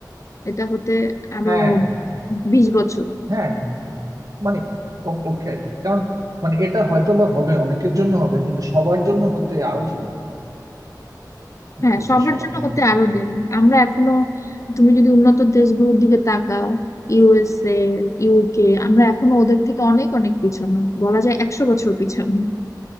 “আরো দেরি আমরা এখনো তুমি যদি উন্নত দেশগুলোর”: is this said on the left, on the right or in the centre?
Left